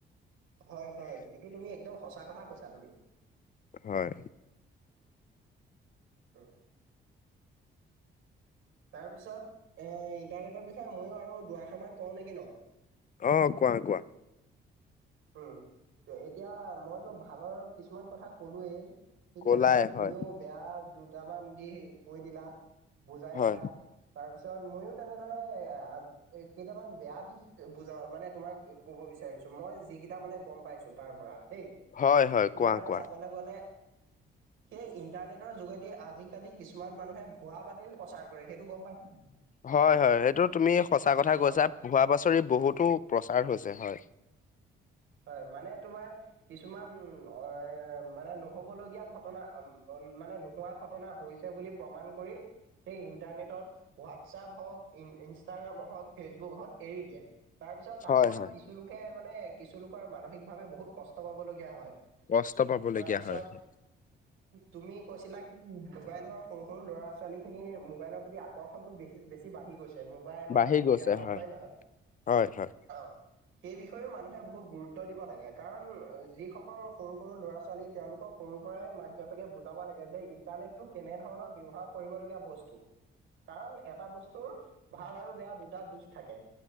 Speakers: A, on the right; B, on the left.
A: হয়, হয়। এইটো তুমি একদম সঁচা কথা কৈছা তুমি।
B: হয়।
A: উম। তাৰপিছত এই, ইণ্টাৰনেটৰ বিষয়ে মইয়ো আৰু দুৱাষাৰা মান কওঁ নেকি নো?
B: অ' কোৱা কোৱা।
A: উম, এতিয়া মইতো ভালৰ কিছুমান কথা কলোয়েই। ঠিক
B: কলাই
A: তেনেদৰে তুমিও
B: হয়
A: বেয়া দুটামান দিশ কৈ দিলা, বুজাই
B: হয়
A: দিলা। তাৰপিছত মইয়ো তেনেদৰে এই কেইটামান বেয়া দিশ বুজাও মানে তোমাক ক'ব বিচাৰিছোঁ। মই যিকেইটা মানে গ'ম পাইছোঁ। তাৰ পৰা দেই
B: হয় হয়
A: তোমাৰ
B: কোৱা কোৱা।
A: চাবলে গ'লে সেই ইণ্টাৰনেটৰ যোগেদি আজিকালি কিছুমান মানুহে ভুৱা বাতৰি প্ৰচাৰ কৰে। সেইটো গ'ম পাইছা?
B: হয়, হয়। সেইটো তুমি সঁচা কথা কৈছা।
A: অ
B: ভুৱা বছৰি বহুতো প্ৰচাৰ হৈছে হয়।
A: হয়, মানে তোমাৰ কিছুমান অ' মানে নহ'ব লগীয়া ঘটনা মানে নোহোৱা ঘটনা হৈছে বুলি প্ৰমাণ কৰি সেই ইণ্টাৰনেটত, হোৱাটছএপ হওঁক ই ইনষ্টাগ্ৰাম হওঁক, ফেচবুক হওঁক এৰি দিয়ে। তাৰপিছত, তাৰপৰা
B: হয় হয়
A: কিছুলোকে মানে কিছুলোকৰ মানসিক ভাৱে বহুত কষ্ট পাবলগীয়া হয়।
B: কষ্ট পাবলগীয়া
A: তাৰপিছত
B: হয় হয়।
A: তুমি কৈছিলা কি মোবাইল সৰু সৰু ল'ৰা-ছোৱালী খিনিৰ মোবাইলৰ প্ৰতি আকৰ্ষণটো বেছি বেছি বাঢ়ি গৈছে। ম'বাইল হওঁক,
B: বাঢ়ি
A: কম্পিউটাৰ
B: গৈছে
A: হওঁক
B: হয়
A: হয়নে নহয়?
B: হয় হয়
A: অ' সেই বিষেয়েও মানুহে মানুহে বহুত গুৰুত্ব দিব লাগে। কাৰণ যিসকল সৰু সৰু ল'ৰা-ছোৱালী তেওঁলোকক সৰুৰ পৰাই মাক বাপেকে বুজাব লাগে যে ইন্টাৰনেটটো কেনেধৰণৰ ব্যৱহাৰ কৰিবলগীয়া বস্তু। কাৰণ এটা বস্তুৰ ভাল আৰু বেয়া দুটা দিশ থাকে,